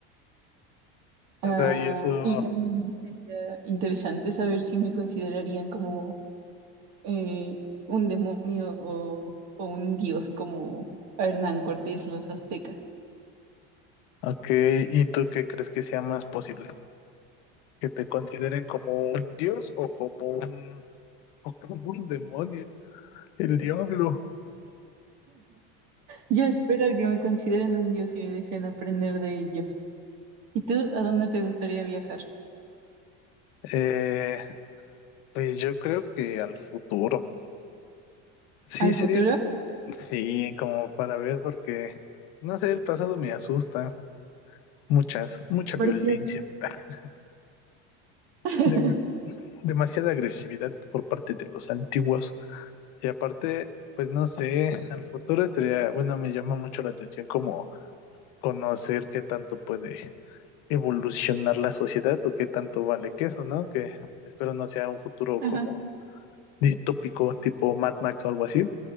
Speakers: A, on the right; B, on the left.
A: Ah,
B: O sea, y eso,
A: y también sería interesante saber si me considerarían como eh, un demonio o, o un dios como a Hernán Cortés, los aztecas.
B: ok, ¿y tú qué crees que sea más posible? ¿Que te consideren como un dios o como un, o como un demonio, el diablo?
A: Yo espero que me consideren un dios y me dejen aprender de ellos. ¿Y tú a dónde te gustaría viajar?
B: Eh, pues yo creo que al futuro. Sí,
A: ¿Al
B: sería,
A: futuro?
B: sí, como para ver, porque, no sé, el pasado me asusta. Muchas, mucha
A: Porque
B: violencia, <laughs>
A: <laughs>
B: Dem- demasiada agresividad por parte de los antiguos. Y aparte, pues no sé, al futuro estaría, bueno, me llama mucho la atención como conocer qué tanto puede evolucionar la sociedad o qué tanto vale que eso, ¿no? Que espero no sea un futuro
A: Ajá,
B: como distópico, tipo Mad Max o algo así.